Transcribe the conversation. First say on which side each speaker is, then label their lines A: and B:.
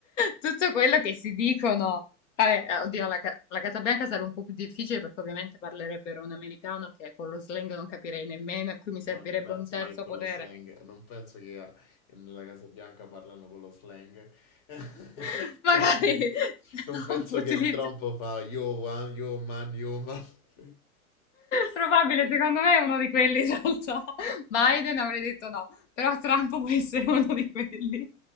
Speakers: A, on the left; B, on the left.
A: tutto quello che si dicono. Vabbè,
B: Ah,
A: eh, oddio, la, Ca- la Casa Bianca sarebbe un po' più difficile perché ovviamente parlerebbero un americano che con lo slang non capirei nemmeno e qui
B: ma
A: mi servirebbe
B: non penso
A: un terzo
B: che con
A: potere.
B: lo slang, non penso che a- nella Casa Bianca parlano con lo slang. <laughs>
A: <laughs> Magari
B: Penso- non
A: Trump
B: penso
A: utilizza...
B: che il Trump fa yo one, yo man, yo man, <laughs>
A: Probabile, secondo me è uno di quelli in realtà. Biden avrei detto no, però Trump può essere uno di quelli.